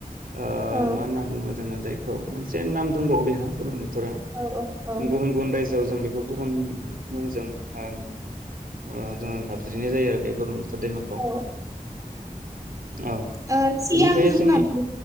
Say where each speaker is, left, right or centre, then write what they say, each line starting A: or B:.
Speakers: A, on the right; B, on the right.
A: ओ
B: औ
A: मा होनना बुङो जोङो जायखौ मोनसे नाम दंबावो बेहा बुरलुंबु थुरआ।
B: औ औ औ
A: गुबुन गुबन राय जोआव जों बेखौ गुबुन मुंजों ओ ओ जोङो गाबज्रिनाय जायो आरो बे बुरलुंबु थुर दैमाखौ।
B: औ
A: औ
B: ओ सियां
A: बेनिफ्राय
B: होननाबो
A: जोंनि